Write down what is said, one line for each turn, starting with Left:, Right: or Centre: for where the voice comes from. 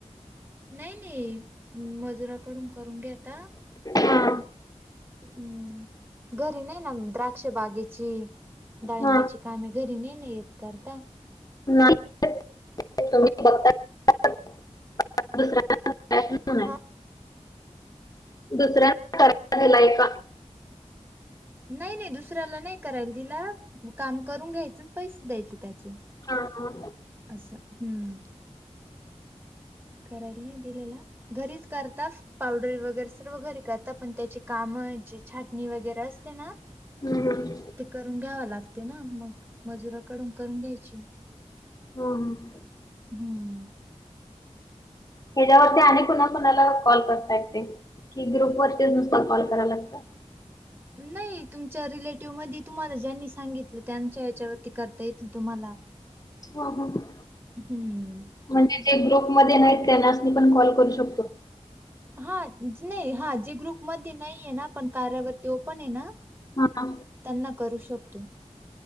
Right: नाही नाही मजुरा कडून करून घेता
Left: हा
Right: हम्म. घरी नाही ना, द्राक्ष बागेची, डाळिंब्याची
Left: हा
Right: कामे घरी नाही ना येत करता?
Left: <unintelligible>
Right: हा
Left: दुसऱ्यां करायला दिलाय का?
Right: नाही नाही दुसऱ्याला नाही करायला दिला. काम करून घ्यायचं अन् पैसे द्यायचे त्याचे.
Left: हा हा.
Right: असं हम्म. करायला नाही दिलेला, घरीच करता पावडरी वगैरे सर्व घरी करता पण ते त्याचे कामं जे छाटणी वगैरे असते ना?
Left: हम्म हम्म
Right: ते करून घ्यावं लागते ना, मग मजुराकडून करून घ्यायची.
Left: हम्म हम्म.
Right: हम्म.
Left: ह्याच्यावरती आणि कुणा कोणाला कॉल करता येतंय? की ग्रुप वरतीच नुसता कॉल कराव लागतं?
Right: नाही तुमच्या रिलेटिव्हमधी तुम्हाला ज्यांनी सांगितलं, त्यांच्या यांच्यावरती करता येेतं तुम्हाला.
Left: हम्म हम्म.
Right: हम्म.
Left: म्हणजे जे ग्रुपमध्ये नाहीत त्यांनास नी पण कॉल करू शकतो?
Right: हा नाही हा जे ग्रुप मध्ये नाहीये ना, पण कार्यावरती ओपण आहे ना.
Left: हा.
Right: त्यांना करू शकतो.